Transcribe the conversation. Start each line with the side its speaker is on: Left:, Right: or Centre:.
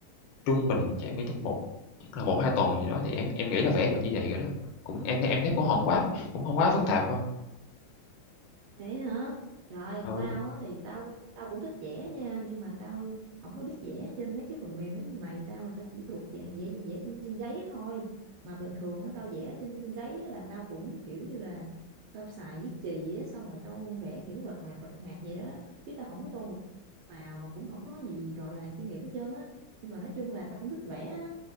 Left: Trung bình chắc em nghĩ chắc một chắc là một hai tuần gì đó thì em em nghĩ là vẽ được như vậy rồi đó. Cũng em thấy em thấy cũng không quá cũng không quá phức tạp đâu.
Right: vậy hả trời
Left: Ừ,
Right: tao á thì tao tao cũng thích vẽ nha nhưng mà tao không có biết vẽ trên mấy cái phần mềm giống như mày tao là tao chỉ thuộc dạng vẽ vẽ trên trên giấy thôi mà bình thường á tao vẽ trên trên giấy á là tao cũng kiểu như là tao xài viết chì á xong rồi tao vẽ kiểu quạch ngoạc quạch ngoạc vậy đó chứ tao không có tô màu mà cũng không có gì gọi là chuyên nghiệp hết trơn á nhưng mà nói chung là tao cũng thích vẽ á